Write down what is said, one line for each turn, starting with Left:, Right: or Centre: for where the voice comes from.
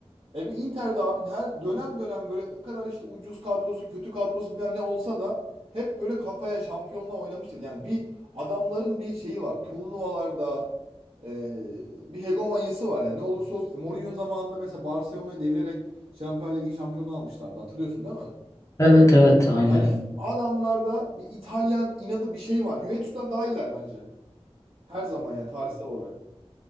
Right: e bu Inter'de abi her dönem dönem böyle ne kadar işte ucuz kadrosu, kötü kadrosu bilmem ne olsa da hep böyle kafaya şampiyonla oynamıştır. Yani bir adamların bir şeyi var. Turnuvalarda e, bir hegemonyası var yani. Ne olursa olsun. işte Mourinho zamanında mesela Barcelona'yı devirerek Şampiyonlar Ligi şampiyonluğu almışlardı. Hatırlıyorsun değil mi?
Left: Evet evet aynen.
Right: Yani adamlarda bir İtalyan inadı bir şey var. Juventus'tan daha iyiler bence. Her zaman yani tarihsel olarak.